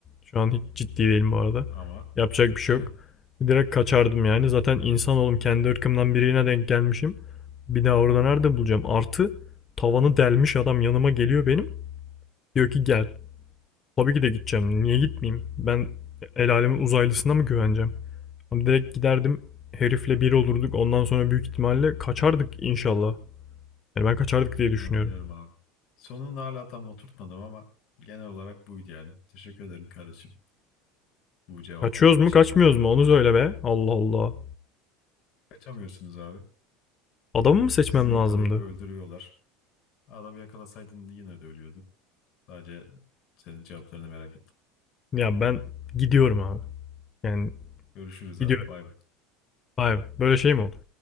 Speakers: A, on the left; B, on the left.
A: Şu an hiç ciddi değilim bu arada.
B: Ama
A: Yapacak bir şey
B: <laughs>
A: yok. Direkt kaçardım yani. Zaten insan oğlum kendi ırkımdan birine denk gelmişim. Bir daha orada nerede bulacağım? Artı tavanı delmiş adam yanıma geliyor benim. Diyor ki gel. Tabii ki de gideceğim. Niye gitmeyeyim? Ben el alemin uzaylısına mı güveneceğim? Ama direkt giderdim. Herifle bir olurduk. Ondan sonra büyük ihtimalle kaçardık inşallah. Yani ben kaçardık diye düşünüyorum.
B: anlıyorum abi. Sonunu hala tam oturtmadım ama genel olarak buydu yani. Teşekkür ederim kardeşim bu cevapların
A: Kaçıyoruz mu
B: için.
A: kaçmıyoruz mu onu söyle be. Allah Allah.
B: Kaçamıyorsunuz abi.
A: Adamı mı seçmem
B: Sizi yakalayıp
A: lazımdı?
B: öldürüyorlar. Adamı yakalasaydın yine de ölüyordun. Sadece senin cevaplarını merak ettim.
A: Ya ben gidiyorum abi. Yani
B: Görüşürüz abi.
A: gidiyorum.
B: Bay bay.
A: Vay be. Böyle şey mi olur?